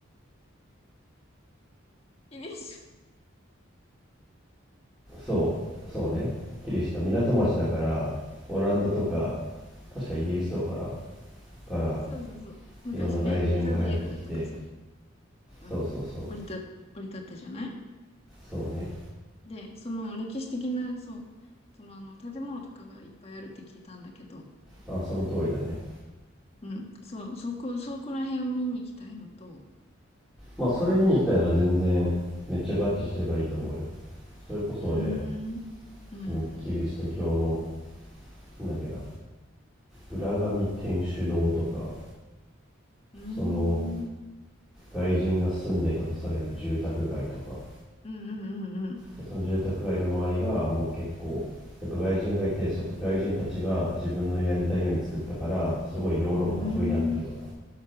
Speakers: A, on the left; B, in the centre.
A: イメージ。
B: そうそうねキリシタ港町だからオランダとか確かイギリスとかからから
A: そうそうそう。昔ね、
B: いろんな外人が入ってきて
A: ザビエルとかさ、うん、
B: そうそうそう
A: 降りた、降り立ったじゃない
B: そうね
A: で、その歴史的な、そう、そのあの、建物とかがいっぱいあるって聞いたんだけど、
B: あその通りだね
A: うん、そう、そこ、そこら辺を見に行きたいのと、
B: まあそれ見に行きたいなら全然めっちゃ合致してるからいいと思うよそれこそで
A: うーん、うん、
B: そのキリスト教のなんだっけな浦上天主堂とか
A: うーん、
B: その
A: うん、
B: 外人が住んでいたとされる住宅街とか
A: うん、うん、
B: でその住宅街の周りがもう結構やっぱ外人がいてそ外人たちが自分のやりたいように作ったからすごいヨーロッパ風になってるとか
A: うん、うー